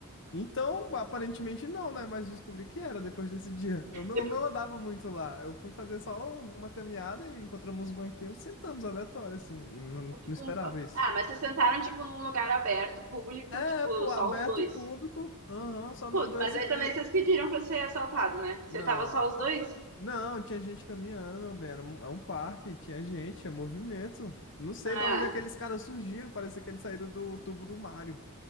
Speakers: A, on the left; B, on the right.
A: Então, aparentemente não, né? Mas descobri que era depois desse <laughs> dia. Eu não,
B: Depois,
A: não andava muito lá. Eu fui fazer só um, uma caminhada e encontramos uns banquinhos, sentamos aleatório, assim. E não, não
B: tipo,
A: esperava
B: um... pa-
A: isso.
B: Ah, mas vocês sentaram, tipo, num lugar aberto, público,
A: É,
B: tipo,
A: pô,
B: só
A: aberto
B: os dois.
A: o público. Aham, só nós
B: Putz,
A: dois
B: mas aí
A: e, e
B: também
A: o-
B: vocês pediram pra ser assaltado, né?
A: Não.
B: Você tava só os dois?
A: Não, tinha gente caminhando, meu bem. Era um, é um parque, tinha gente, é movimento. Não sei
B: Ah,
A: de onde aqueles caras surgiram. Parecia que eles saíram do tubo do Mario.